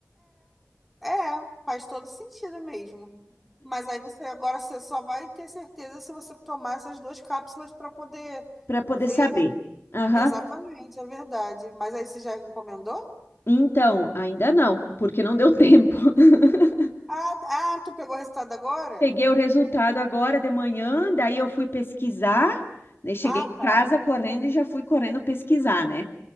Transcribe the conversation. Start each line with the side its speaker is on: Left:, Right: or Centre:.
Centre: É, é, faz todo sentido mesmo. Mas aí você agora você só vai ter certeza se você tomar essas duas cápsulas para poder
Left: para poder
Centre: ver
Left: saber. Aham.
Centre: exatamente, é verdade. Mas aí você já encomendou?
Left: Então, ainda não, porque não deu tempo. <laughs>
Centre: Ah, ah, tu pegou o resultado agora?
Left: Peguei o resultado agora de manhã, daí eu fui pesquisar, né? Cheguei
Centre: Ah,
Left: em casa
Centre: tá.
Left: correndo e já fui correndo pesquisar, né?